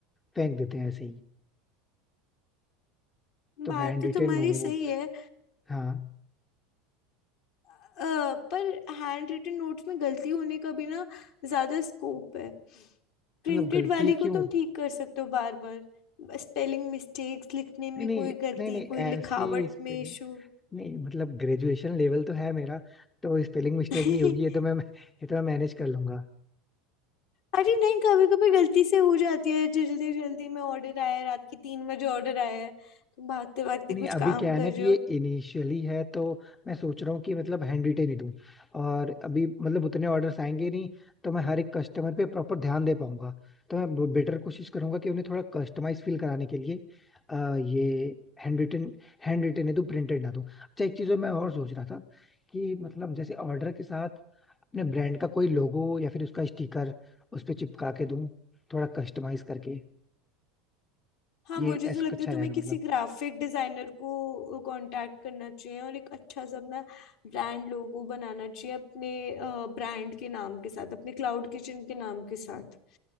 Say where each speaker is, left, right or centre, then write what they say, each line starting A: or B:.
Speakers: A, on the left; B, on the left.
A: फेंक देते हैं ऐसे ही तो
B: बात
A: हैंड
B: तो
A: रिटेन
B: तुम्हारी
A: नोट्स
B: सही है
A: हाँ
B: अ, पर हैंड रिटन नोट्स में गलती होने का भी ना ज्यादा स्कोप है प्रिंटेड
A: मतलब गलती
B: वाली को
A: क्यों
B: तुम ठीक कर सकते हो बार बार स्पेलिंग मिस्टेक्स लिखने में
A: नहीं नहीं
B: कोई गलती
A: नहीं नहीं
B: कोई
A: ऐसी
B: लिखावट
A: स्पेलिंग
B: में इशू
A: नहीं मतलब ग्रेजुएशन लेवल तो है मेरा तो स्पेलिंग मिस्टेक
B: <laughs>
A: नहीं होगी ये तो मैं ये तो मैं मैनेज कर लूंगा
B: अरे नहीं कभी कभी गलती से हो जाती है जल्दी जल्दी में ऑर्डर आया है रात के तीन बजे ऑर्डर आया है तुम भागते भागते
A: नहीं
B: कुछ
A: अभी
B: काम
A: क्या है
B: कर
A: ना
B: रहे
A: कि
B: हो
A: ये इनिशियली है तो मैं सोच रहा हूँ कि मतलब हैंड रिटेन ही दूं और अभी मतलब उतने ऑर्डर्स आएंगे नहीं तो मैं हर एक कस्टमर पे प्रॉपर ध्यान दे पाऊंगा तो मैं बेटर कोशिश करूंगा कि उन्हें थोड़ा कस्टमाइज फील कराने के लिए अ, ये हैंड रिटेन हैंड रिटेन ही दूं प्रिंटेड ना दूं अच्छा एक चीज जो मैं और सोच रहा था कि मतलब जैसे ऑर्डर के साथ अपने ब्रांड का कोई लोगो या फिर उसका स्टिकर उस पे चिपका के दूं थोड़ा कस्टमाइज करके
B: हाँ
A: ये
B: मुझे
A: ऐसा
B: तो लगता
A: अच्छा
B: है तुम्हें
A: रहेगा
B: किसी
A: मतलब
B: ग्राफिक डिजाइनर को कांटेक्ट करना चाहिए और एक अच्छा सा अपना ब्रांड लोगो बनाना चाहिए अपने ब्रांड के नाम के साथ अपने क्लाउड किचन के नाम के साथ